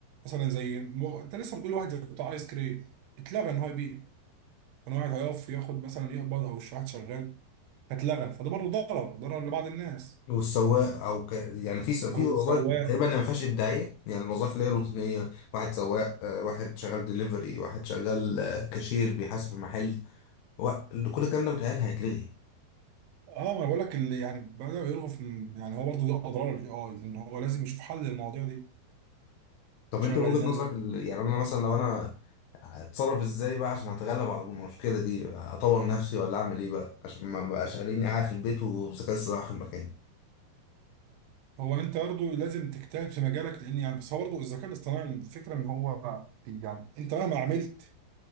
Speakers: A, on the right; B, on the left.
A: مثلا زي مو... انت لسه بتقول واحد زي بتاع ايس كريم اتلغى ان هو يبيع كان واحد هيقف ياخد مثلا يقبض او واحد شغال فاتلغى فده برضه ضرر ضرر لبعض الناس
B: والسواق او ك... يعني في س- في
A: او
B: وظائف
A: السواق
B: تقريبا ما فيهاش ابداعيه يعني الوظائف اللي هي روتينيه واحد سواق آه، واحد شغال دليفري واحد شغال آه، كاشير بيحاسب في محل و... كل الكلام ده متهيألي هيتلغي
A: اه ما انا بقول لك اللي يعني بداوا يلغوا في يعني هو برضه ده اضرار الاي اي ان هو لازم يشوف حل للمواضيع دي
B: طب
A: يشغل
B: انت من وجهة
A: الناس
B: نظرك
A: دي
B: ال- يعني انا مثلا لو انا اتصرف ازاي بقى عشان اتغلب على المشكله دي اطور نفسي ولا اعمل ايه بقى عشان ما بقاش قاعدين قاعد في البيت والذكاء الاصطناعي واخد مكاني
A: هو انت برضه لازم تجتهد في مجالك لان يعني بس هو برضه الذكاء الاصطناعي الفكره ان هو يعني انت مهما عملت